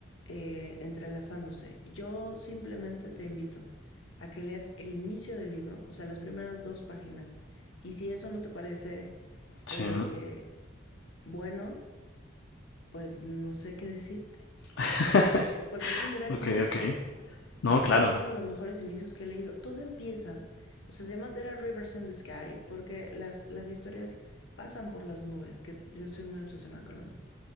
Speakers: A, on the left (about 80°); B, on the left (about 70°).
A: eh, entrelazándose. Yo simplemente te invito a que leas el inicio del libro, o sea, las primeras dos páginas, y si eso no te parece
B: Sí.
A: eh, bueno, pues no sé qué decirte,
B: <laughs>
A: porque es un gran
B: Ok,
A: inicio.
B: ok. No,
A: Eh,
B: claro.
A: creo que es uno de los mejores inicios que he leído. Todo empieza, o sea, se llama There are Rivers in the Sky, porque las, las historias pasan por las nubes, que yo estoy muy obsesionada con las nubes.